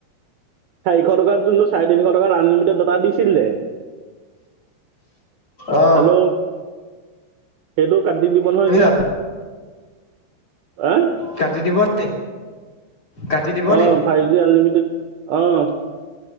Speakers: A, on the right (about 75°); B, on the left (about 35°).
A: চাৰিশ টকাত যোনটো চাৰে তিনিশ টকাৰ আনলিমিটেড ডাটা দিছিলে।
B: অ
A: হেল্ল' সেইটো কাটি দিব নহয়
B: শুনিছা
A: এতিয়া। হা
B: কাটি দিব নি? কাটি দিব
A: অঁ
B: নি
A: ফাইভ জি আনলিমিটেড অঁ